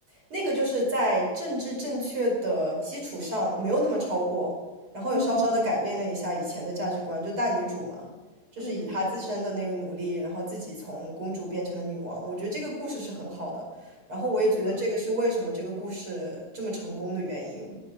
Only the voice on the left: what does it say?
嗯嗯嗯，
对对对，
是的。